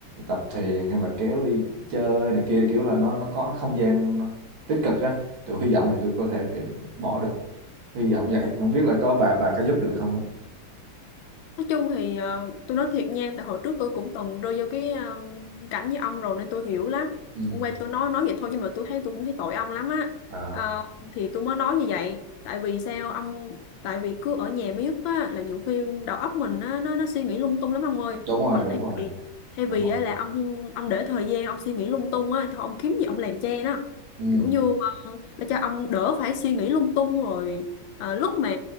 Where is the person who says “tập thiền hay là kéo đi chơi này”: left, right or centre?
Right